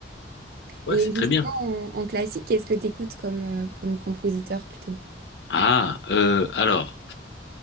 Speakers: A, on the left; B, on the right.
A: Ouais,
B: Et
A: c'est
B: justement,
A: très bien.
B: en, en classique, qu'est-ce que tu écoutes comme, euh, comme compositeur plutôt?
A: Ah, euh, alors.